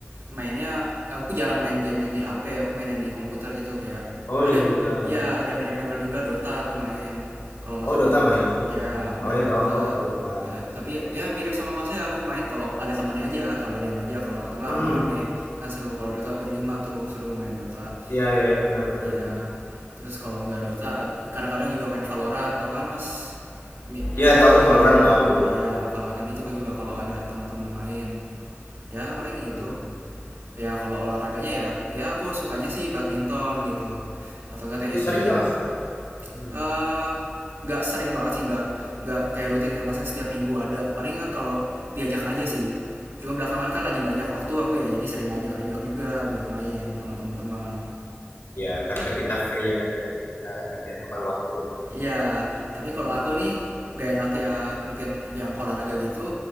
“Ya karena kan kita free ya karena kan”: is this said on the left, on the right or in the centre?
Left